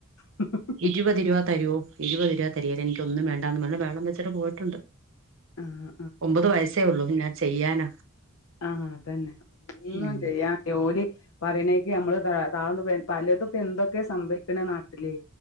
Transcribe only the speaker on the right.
ഇരുപത് രൂപ തരുവോ ഇരുപത് രൂപ തരിയെല്ല എനിക്കൊന്ന വേണ്ടാന്ന് പറഞ്ഞ ബഹളം വെച്ചിട്ട് പോയിട്ടുണ്ട്
ഒമ്പത് വയസേ ഉള്ളു ഞാൻ ചെയ്യാനാ
ഉം